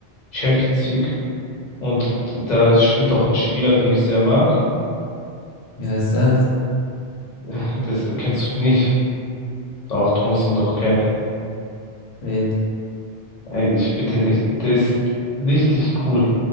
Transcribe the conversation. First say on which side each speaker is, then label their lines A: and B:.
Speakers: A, on the left; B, on the left.
A: Champions League. Und da ist- spielt auch ein Spieler, den ich sehr mag.
B: Wie heißt der?
A: <laughs> Das kennst du nicht. Doch, du musst ihn doch kennen.
B: Wen?
A: Ey, ich bitte dich, der ist richtig cool